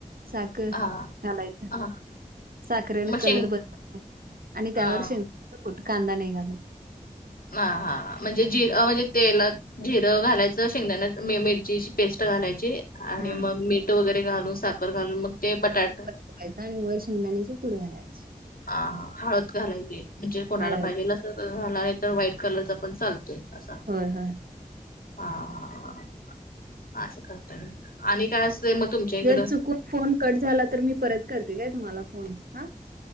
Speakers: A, on the right; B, on the left.
A: साखर
B: हा
A: घालायचं.
B: हा
A: साखरेन
B: मग
A: कलर
B: शेंग
A: बनत नाही आणि त्यावर
B: हा
A: शेंगदाण्याचं कूट, कांदा नाही घालत.
B: ह हा म्हणजे जिर म्हणजे तेलात जिरं घालायचं शेंगदाण्यात मिरचीची पेस्ट घालायची आणि
A: हा
B: मग मीठ वगैरे घालून साखर घालून मग ते बटाटा
A: घालायचं आणि वर शिंगदाण्याचे पुढ घालायची.
B: ह हळद घालायची म्हणजे कोणाला
A: हळद
B: पाहिजल झाला नाही तर व्हाईट कलरचा पण चालतोय असा.
A: होय होय.
B: हा असं करत म आणि काय अस म तुमच्या इकडं
A: जर चुकून फोन कट झाला तर मी परत करते काय तुम्हाला फोन हा?